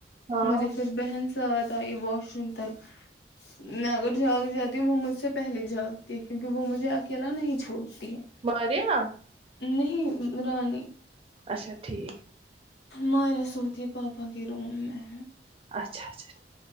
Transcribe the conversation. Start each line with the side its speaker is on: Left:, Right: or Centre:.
Right: ہاں
Left: مجھے تو بہن تو ائی واش روم تک میں اگر جاگ جاتی ہوں وہ مجھ سے پہلے جا کے کیونکہ وہ مجھے اکیلا نہیں چھوڑتی
Right: <inaudible>
Left: ہے
Right: <inaudible>
Left: نہیں رانی
Right: اچھا ٹھیک
Left: ماریہ سوتی ہے پاپا کے روم میں
Right: اچھا اچھا